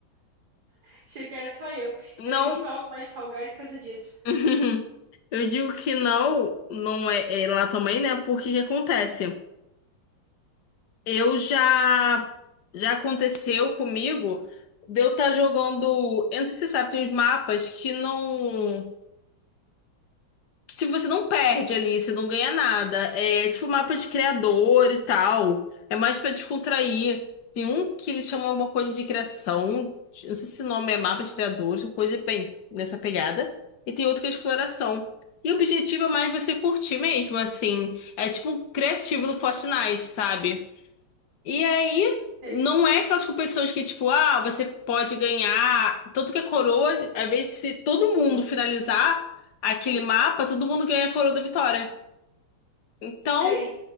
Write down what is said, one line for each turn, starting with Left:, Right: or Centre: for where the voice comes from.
Right: Achei que era só eu.
Left: Não.
Right: Eu nem jogo mais Fall Guys por causa disso.
Left: <laughs> Eu digo que não, não é, é lá também, né? Porque que acontece? Eu já. Já aconteceu comigo de eu estar jogando. Eu não sei se você sabe, tem uns mapas que não. Que tipo, você não perde ali, você não ganha nada. É tipo mapa de criador e tal. É mais pra descontrair. Tem um que eles chamam alguma coisa de criação. Eu Não sei se o nome é mapa de criadores, alguma coisa bem nessa pegada. E tem outro que é exploração. E o objetivo é mais você curtir mesmo, assim. É tipo um criativo do Fortnite, sabe? E aí,
Right: Sei,
Left: não é aquelas competições que, tipo, ah, você pode ganhar. Tanto que a coroa, às vezes, se todo mundo finalizar aquele mapa, todo mundo ganha a coroa da vitória. Então,
Right: sei.